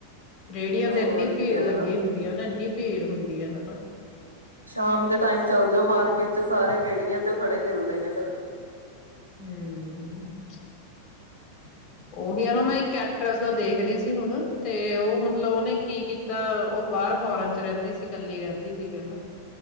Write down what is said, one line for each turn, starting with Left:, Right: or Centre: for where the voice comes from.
Left: ਰੇਹੜੀਆਂ
Right: ਹੋਰ
Left: ਤੇ ਇੰਨੀ
Right: ਕਿਆ
Left: ਭੀੜ ਲੱਗੀ ਹੁੰਦੀ ਹੈ ਨਾ ਇੰਨੀ ਭੀੜ ਹੁੰਦੀ ਹੈ ਹੈਨਾ
Right: ਸ਼ਾਮ ਦੇ ਟਾਈਮ ਚੱਲ ਜਾਓ ਮਾਰਕੀਟ ਚ ਸਾਰੇ ਰੇਹੜੀਆਂ ਤੇ ਖੜੇ ਮਿਲਦੇ ਨੇ ਫਿਰ
Left: ਹਮ
Right: <inaudible>
Left: ਉਹੀ ਆ ਨਾ ਮੈਂ ਇੱਕ ਐਕਟਰ੍ਰਸ ਦਾ ਦੇਖ ਰਹੀ ਸੀ ਹੁਣ ਤੇ ਉਹ ਮਤਲਬ ਉਹਨੇ ਕੀ ਕੀਤਾ ਉਹ ਬਾਹਰ ਫੋਰਨ ਚ ਰਹਿੰਦੀ ਸੀ ਕੱਲੀ ਰਹਿੰਦੀ ਸੀ ਪਹਿਲਾਂ